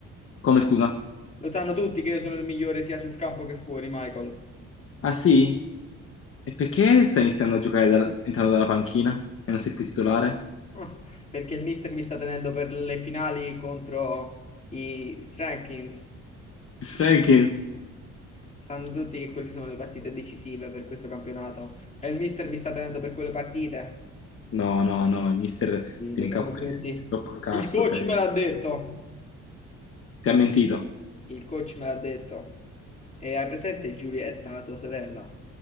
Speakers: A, on the left; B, on the left.
A: Come scusa?
B: Lo sanno tutti che io sono il migliore sia sul campo che fuori, Michael.
A: Ah sì? E perché stai iniziando a giocare dal- entrando dalla panchina e non sei più titolare?
B: Ah, Perché il mister mi sta tenendo per le finali contro i Strankins.
A: Jenkins.
B: Sanno tutti che quelle sono le partite decisive per questo campionato. E il mister mi sta tenendo per quelle partite.
A: No, no, no, il mister
B: Sì,
A: ti tiene
B: lo sanno
A: in capo perché
B: tutti.
A: sei troppo scarso,
B: Il coach
A: sei.
B: me l'ha detto.
A: Ti ha mentito.
B: Il coach me l'ha detto. E hai presente Giulietta, la tua sorella?